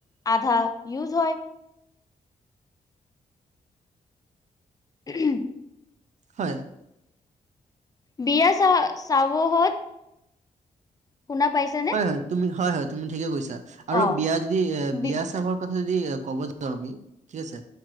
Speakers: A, on the left; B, on the right.
A: আধা ইউজ হয়। উম।
B: হয়।
A: বিয়া চাহ চাবহত - শুনা পাইছানে?
B: হয় তুমি হয়, তুমি ঠিকে কৈছা আৰু
A: অ
B: বিয়া যদি এই
A: বি
B: বিয়া- কথাটো যদি ক'ব যাওঁ আমি ঠিক আছে